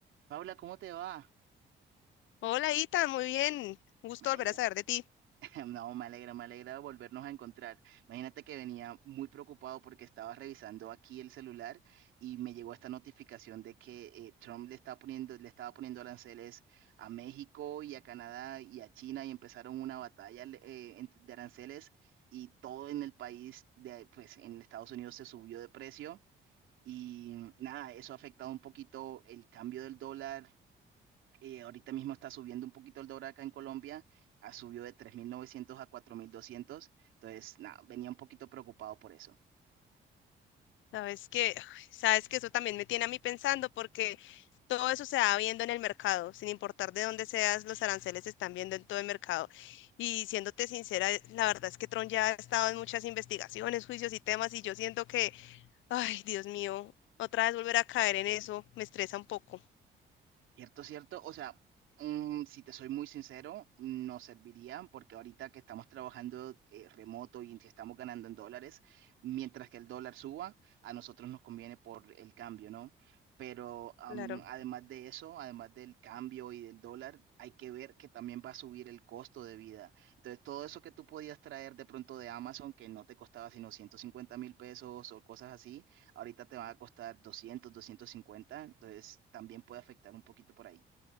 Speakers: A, on the right (about 80°); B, on the left (about 75°).
A: Paula, ¿cómo te va?
B: Hola, Ita, muy bien. Un gusto
A: Me alegra.
B: volver a saber de ti.
A: <laughs> No, me alegra, me alegra volvernos a encontrar. Imagínate que venía muy preocupado porque estaba revisando aquí el celular y me llegó esta notificación de que eh, Trump le está poniendo, le estaba poniendo aranceles a México y a Canadá y a China y empezaron una batalla eh, ent- de aranceles y todo en el país, de, pues en Estados Unidos se subió de precio y nada, eso ha afectado un poquito el cambio del dólar. Eh, ahorita mismo está subiendo un poquito el dólar acá en Colombia, ha subido de 3.900 a cuatro mil doscientos, entonces nada, venía un poquito preocupado por eso.
B: Sabes que, ay, sabes que eso también me tiene a mí pensando porque todo eso se va viendo en el mercado, sin importar de dónde seas, los aranceles se están viendo en todo el mercado. Y siéndote sincera, eh, la verdad es que Tron ya ha estado en muchas investigaciones, juicios y temas y yo siento que, ay, Dios mío, otra vez volver a caer en eso me estresa un poco.
A: Cierto, cierto. O sea, mm, si te soy muy sincero, no serviría porque ahorita que estamos trabajando eh, remoto y que estamos ganando en dólares, mientras que el dólar suba, a nosotros nos conviene por el cambio, ¿no? Pero am,
B: Claro.
A: además de eso, además del cambio y del dólar, hay que ver que también va a subir el costo de vida. Entonces, todo eso que tú podías traer de pronto de Amazon, que no te costaba sino ciento cincuenta mil pesos o cosas así, ahorita te va a costar doscientos, doscientos cincuenta, entonces también puede afectar un poquito por ahí.